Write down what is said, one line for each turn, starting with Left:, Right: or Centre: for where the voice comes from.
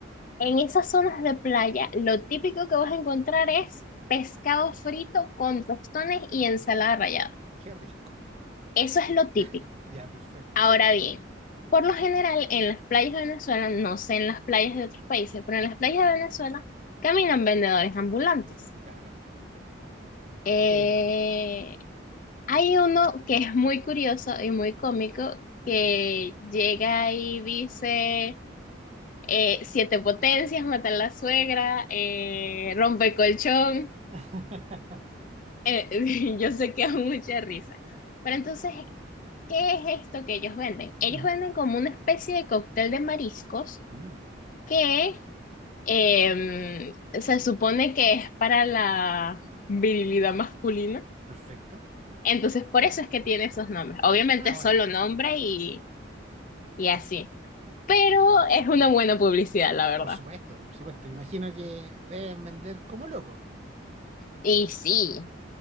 Left: en esas zonas de playa, lo típico que vas a encontrar es pescado frito con tostones y ensalada rallada.
Right: Qué rico.
Left: Eso es lo típico.
Right: <laughs> Ya, perfecto.
Left: Ahora bien, por lo general, en las playas de Venezuela, no sé en las playas de otros países, pero en las playas de Venezuela caminan vendedores ambulantes.
Right: Claro.
Left: Eh,
Right: ¿Qué te mandan?
Left: Hay uno que es muy curioso y muy cómico
Right: Ajá.
Left: que llega y dice eh, siete potencias, matar a la suegra, eh, rompe colchón.
Right: <laughs>
Left: eh, <laughs> yo sé que es mucha risa. Pero entonces, ¿qué es esto que ellos venden? Ellos
Right: Ujú.
Left: venden como una especie de cóctel de mariscos
Right: Mm,
Left: que em, se supone que es para la virilidad masculina.
Right: perfecto.
Left: Entonces, por eso es que tiene esos nombres. Obviamente,
Right: Ah,
Left: es
Right: bueno,
Left: solo nombre y, y así. pero es una buena publicidad, la verdad.
Right: por supuesto, por supuesto. Me imagino que deben vender como locos.
Left: Y sí,